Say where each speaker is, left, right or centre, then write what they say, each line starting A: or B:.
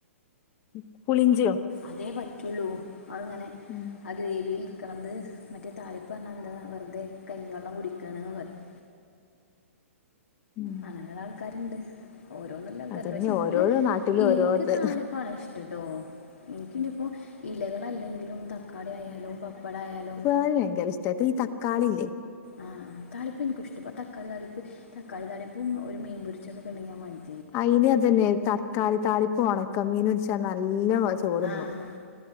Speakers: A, on the left (about 35°); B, on the left (about 75°).
A: ഉം പുളിഞ്ചിയോ
B: അതേ പറ്റുള്ളൂ അത് ഇങ്ങനെ
A: ഉം
B: ആ ഗ്രേവിയിൽ നിക്ക്ണത് മറ്റേ താളിപ്പ് പർഞ്ഞാൽ എന്താണ് വെറുതെ കഞ്ഞി വെള്ളം കുടിക്കാണ് ന്ന് പറയും
A: ഉം
B: അങ്ങനെയുള്ള ആൾക്കാരുണ്ട് ഓരോന്നുമ ആൾക്കാരുണ്ട്
A: അതന്നെ
B: പക്ഷെ എനിക്ക്
A: ഓരോരോ നാട്ടിലും
B: എനിക്ക്
A: ഓരോത്
B: താളി പ്പാണ് ഇഷ്ടട്ടോ എനിക്കിനി ഇപ്പോ ഇലകളല്ലെങ്കിലും തക്കാളി ആയാലും പപ്പടയാലും
A: ക്കാളി ഭയങ്കര ഇഷ്ട <unintelligible> ഈ തക്കാളില്ലേ
B: ആഹ് താളിപ്പ് എനിക്കു ഇഷ്ട ഇപ്പൊ തക്കാളി താളിപ്പ് തക്കാളി താളിപ്പും ഒരു മീൻപൊരിച്ചതൊക്കെണ്ടെങ്കി <unintelligible>
A: അയിന് അതന്നെ തക്കാളി താളിപ്പു ഒണക്ക മീനുച്ചാ നല്ല ചോറുണ്ണും
B: ആഹ്